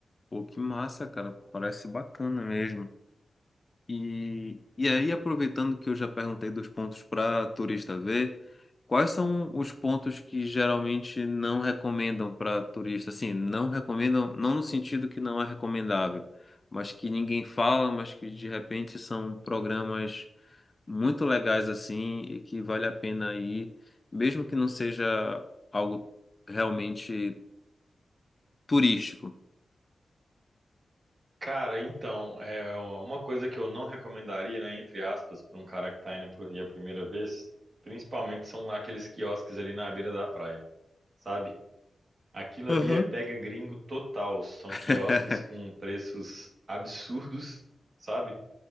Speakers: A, on the left; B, on the right.
A: Pô, que massa, cara. Parece bacana mesmo. E, e aí, aproveitando que eu já perguntei dos pontos para turista ver, quais são os pontos que geralmente não recomendam para turista? Assim, não recomendam, não no sentido que não é recomendável, mas que ninguém fala, mas que de repente são programas muito legais assim e que vale a pena ir, mesmo que não seja algo realmente turístico.
B: Cara, então, é uma coisa que eu não recomendaria, né, entre aspas, para um cara que tá indo pro Rio a primeira vez, principalmente são aqueles quiosques ali na beira da praia, sabe? Aquilo
A: Aham.
B: ali é pega gringo total, são
A: <laughs>
B: quiosques com preços absurdos, sabe?